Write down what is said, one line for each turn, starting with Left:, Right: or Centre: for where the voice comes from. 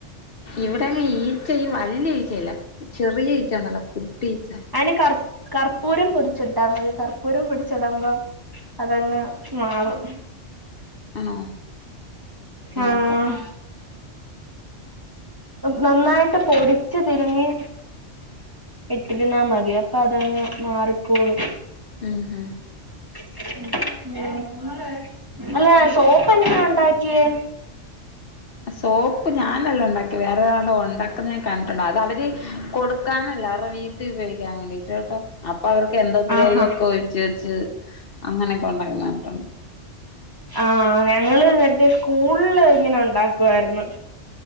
Left: ഇവിടെങ്ങെ ഈച്ച ഈ വലിയ ഈച്ചയില്ല ചെറിയ ഈച്ച ഇണ്ടല്ലോ കുട്ടി ഈച്ച
Right: അയിന് കർ കർപ്പൂരം പൊടിച്ചിട്ടാ മതി കർപ്പൂരം പിൊടിച്ചടമ്പോം അതങ്ങ് മാറും
Left: ആണോ നോക്കാം
Right: ആഹ് നന്നായിട്ട് പൊടിച്ച് തിരുമ്മി ഇട്ടിരുന്നാൽ മതി അപ്പൊ അതങ്ങ് മാറിക്കോളും
Left: ഉം ഹ്
Right: <unintelligible> അല്ല സോപ്പ എങ്ങനാ ഉണ്ടാക്കിയേ
Left: സോപ്പ് ഞാനല്ല ഉണ്ടാക്കി വേറെരാള് ഉണ്ടാക്കുന്ന ഞാൻ കണ്ടിട്ടുണ്ടതാ അത് അവര് കൊടുക്കാനല്ല അവരുടെ വീട്ടിൽ ഉപയോഗിക്കാൻ വേണ്ടി കേട്ടോ അപ്പൊ അവർക്ക് എന്താ ഒത്തിരി
Right: ആഹാ
Left: ഒക്കെ ഉച്ച വെച്ച് അങ്ങനെയൊക്കെ ഉണ്ടാക്കുന്നത് കണ്ടിട്ടുണ്ട്
Right: ആഹ് ഞങ്ങള് നേരത്തെ സ്കൂളില് ഇങ്ങനെ ഉണ്ടാക്കുവായിരുന്നു